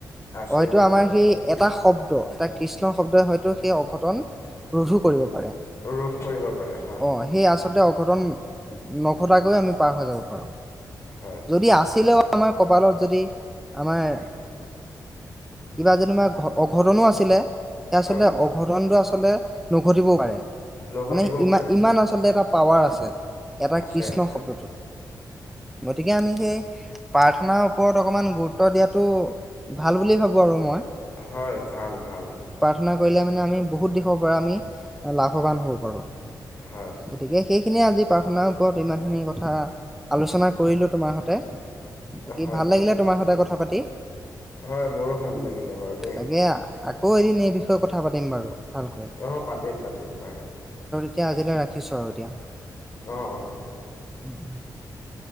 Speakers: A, on the left; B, in the centre.
A: আছিলে
B: হয়তো আমাৰ
A: হয়।
B: সেই এটা শব্দ এটা কৃষ্ণ শব্দই হয়তো সেই অঘটন ৰোধো কৰিব পাৰে।
A: ৰোধ কৰিব পাৰে হয়।
B: অ সেই অঘটন নঘটাকৈ আমি পাৰ হৈ যাব লাগিব,
A: হয়,
B: যদি অঘটন আছিলে আমাৰ কপালত যদি আমাৰ। কিবা যেনিবা অঘটনো আছিলে। স আচলতে
A: হয়,
B: অঘটনটো আচলতে নঘটিবও পাৰে
A: লঘটিবও
B: মানে ইমান-ইমান
A: পাৰে
B: আচলতে এটা পাৱাৰ আছে এটা
A: আছে,
B: কৃষ্ণ
A: আছে।
B: শব্দটোত। গতিকে আমি সেই প্ৰাৰ্থনাৰ ওপৰত অকমান গুৰুত্ব দিয়াতটো ভাল বুলি ভাবো আৰু মই
A: হয়, ভাল-ভাল।
B: শেনা কৰিলে মানে আমি বহুত দিশৰ পৰা আমি লাভৱান হ'ব পাৰো
A: হয়,
B: গতিকে সেইখিনিয়ে আজি প্ৰাৰ্থনাৰ ওপৰত ইমানখিনি কথা আলোচনা কৰিলো তোমাৰ সতে। বাকি
A: হয়,
B: ভাল
A: হয়,
B: লাগিলে, তোমাৰ সতে কথা পাতি।
A: হয়, মোৰো ভাল
B: উম
A: লাগিলে বাৰু দেই।
B: তাকে আকৌ এদিন এই বিষয়ে কথা পাতিম বাৰু। ভালকৈ
A: অহ পাতিম, পাতিম বাৰু।
B: এতিয়া আজিলৈ ৰাখিছো আৰু এতিয়া,
A: অ'-অ'।
B: <inaudible>